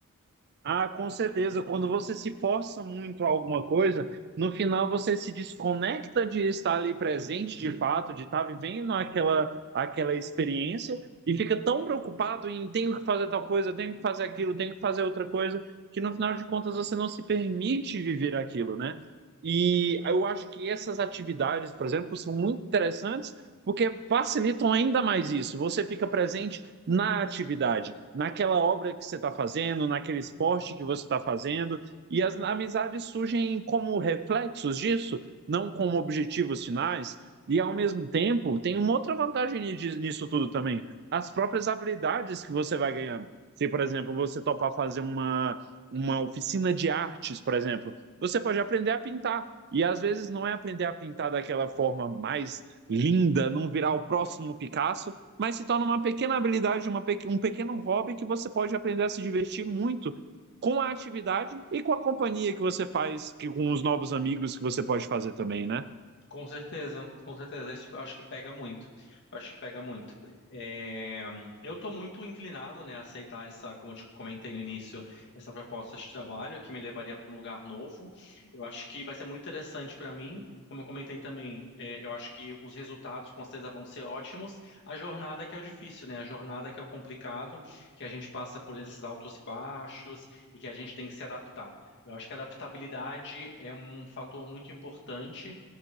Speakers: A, on the right; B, on the left.
A: Ah, com certeza. Quando você se força muito a alguma coisa, no final você se desconecta de estar ali presente de fato, de estar vivendo aquela, aquela experiência e fica tão preocupado em tenho que fazer tal coisa, tenho que fazer aquilo, tenho que fazer outra coisa, que no final de contas você não se permite viver aquilo, né? E eu acho que essas atividades, por exemplo, são muito interessantes porque facilitam ainda mais isso. Você fica presente na atividade, naquela obra que você está fazendo, naquele esporte
B: Uhum.
A: que você está fazendo, e as amizades surgem como reflexos disso, não como objetivos finais. E ao mesmo tempo, tem uma outra vantagem nisso tudo também: as próprias habilidades que você vai ganhando. Se, por
B: Uhum.
A: exemplo, você topar fazer uma, uma oficina de artes, por exemplo, você pode aprender a pintar. E às vezes não é aprender a pintar daquela forma mais linda, não virar o próximo Picasso, mas se torna uma pequena habilidade, uma pe... um pequeno hobby que você pode aprender a se divertir muito com a atividade e com a companhia que você faz, que, com os novos amigos que você pode fazer também, né?
B: Com certeza, com certeza. Isso eu acho que pega muito. Eu Acho que pega muito. É, eu estou muito inclinado, né, a aceitar essa, como eu te comentei no início, essa proposta de trabalho que me levaria para um lugar novo. Eu acho que vai ser muito interessante para mim. Como eu comentei também, é, eu acho que os resultados com certeza vão ser ótimos. A jornada que é o difícil, né? A jornada que é o complicado, que a gente passa por esses altos e baixos e que a gente tem que se adaptar. Eu acho que a adaptabilidade é um fator muito importante